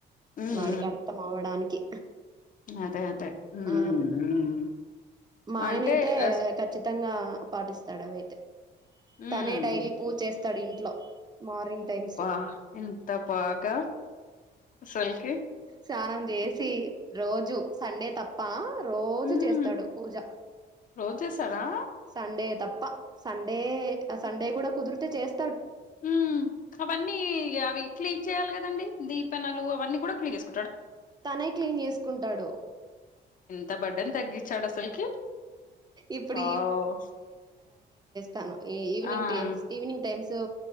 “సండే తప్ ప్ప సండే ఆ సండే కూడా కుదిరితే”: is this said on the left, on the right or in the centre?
Right